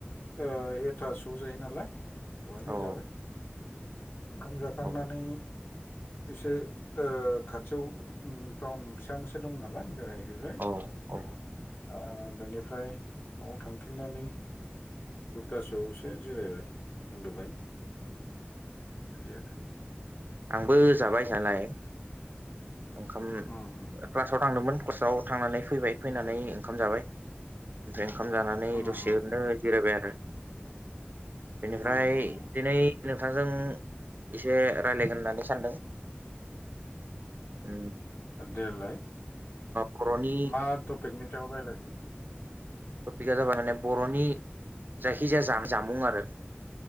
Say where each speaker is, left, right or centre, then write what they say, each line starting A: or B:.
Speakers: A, on the left (about 60°); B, on the right (about 50°).
A: ओ एथासोआव जायो नालाय। दहायनो
B: औ
A: जाबाय ओंखाम जाखांनानै
B: औ
A: एसे ओ खाथियाव उ टाउन फिसा मोनसे दं नालाय बेराय हैबाय
B: औ औ
A: ओ बेनिफ्राय न'आव थांफिननानै दुथासोआवसो जिरायबाय उन्दुबाय। बिदि आरो
B: आंबो जाबाय जानाय।
A: <unintelligible>
B: ओंखाम
A: उम उम
B: क्लासाव थांदोंमोन क्लासाव थांनानै फैबाय फैनानै ओंखाम जाबाय। ओमफ्राय ओंखाम जानानै
A: उम
B: दसे
A: उम
B: ओरैनो
A: उम
B: जिरायबाय आरो। बेनिफ्राय
A: उम उम
B: दिनै नोंथांजों एसे रायलायगोन होननानै सानदों। उ
A: देलाय
B: बर'नि
A: मा टपिकनि सायाव रायलायनो?
B: टपिका जाबाय माने बर'नि जायखिजाया जा-जामुं आरो।